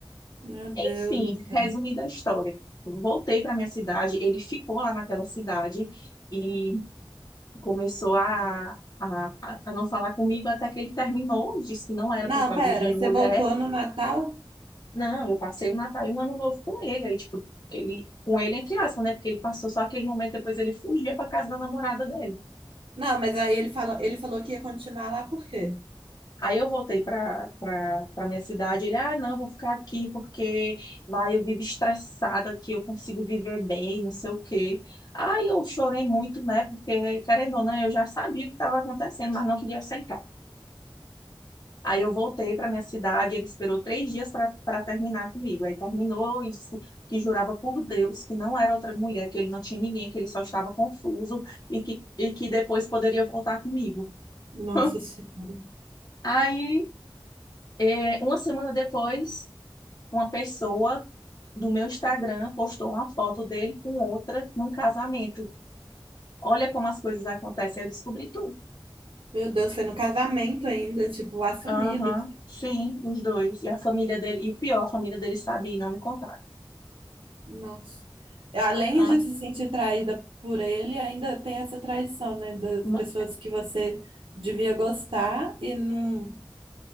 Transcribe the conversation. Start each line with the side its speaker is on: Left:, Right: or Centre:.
Right: meu Deus
Left: Enfim,
Right: do céu.
Left: resumida a história. Voltei para minha cidade, ele ficou lá naquela cidade e começou a, a, a não falar comigo até que ele terminou, disse que não era
Right: Não,
Left: por causa
Right: pera,
Left: de
Right: você
Left: mulher.
Right: voltou no Natal?
Left: Não, eu passei o Natal e o Ano Novo com ele. Aí, tipo, ele, com ele, entre aspas, né? Porque ele passou só aquele momento, depois ele fugia para casa da namorada dele.
Right: Não, mas aí ele falou, ele falou que ia continuar lá por quê?
Left: Aí eu voltei para para minha cidade. Ele, ah, não, vou ficar aqui porque lá eu vivo estressada, aqui eu consigo viver bem, não sei o quê. Aí eu chorei muito, né? Porque, querendo ou não, eu já sabia o que estava acontecendo, mas não queria aceitar. Aí eu voltei para minha cidade. Ele esperou três dias para para terminar comigo. Aí terminou e disse que jurava por Deus que não era outra mulher, que ele não tinha ninguém, que ele só estava confuso e que, e que depois poderia voltar comigo.
Right: Nossa
Left: <laughs>
Right: Senhora.
Left: Aí, eh, uma semana depois. uma pessoa do meu Instagram postou uma foto dele com outra num casamento. Olha como as coisas acontecem. Aí Eu descobri tudo.
Right: Meu Deus, foi no casamento ainda, tipo, assumido.
Left: Aham, sim, os dois. E a família dele, e o pior, a família dele sabia e não me contaram.
Right: Nossa. Além
Left: Ah,
Right: de se sentir traída por ele, ainda tem essa traição, né? Das
Left: ma-
Right: pessoas que você devia gostar e não,